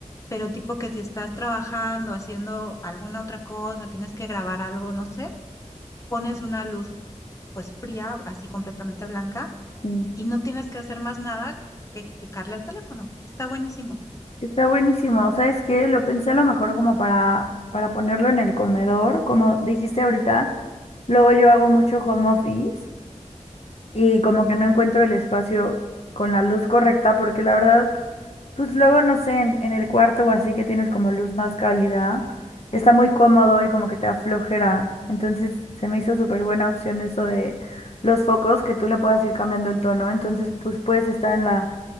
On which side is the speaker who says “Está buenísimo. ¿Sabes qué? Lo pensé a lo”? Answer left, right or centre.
Left